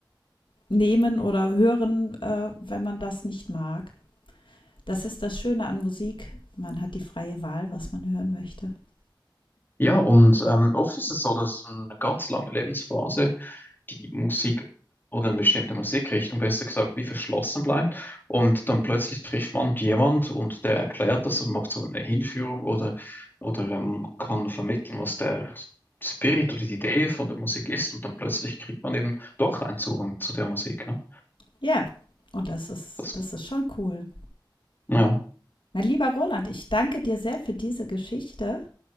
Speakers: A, on the left; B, on the left.
A: nehmen oder hören, äh, wenn man das nicht mag. Das ist das Schöne an Musik. Man hat die freie Wahl, was man hören möchte.
B: Ja, und ähm, oft ist es so, dass eine ganz lange Lebensphase die Musik oder eine bestimmte Musikrichtung, besser gesagt, wie verschlossen bleibt. Und dann plötzlich trifft man jemand und der erklärt das und macht so eine Hinführung oder, oder ähm, kann vermitteln, was der Spirit oder die Idee von der Musik ist. Und dann plötzlich kriegt man eben doch einen Zugang zu der Musik. Ne?
A: Ja, und das ist,
B: Das,
A: das ist schon cool.
B: ja,
A: Mein lieber Roland, ich danke dir sehr für diese Geschichte.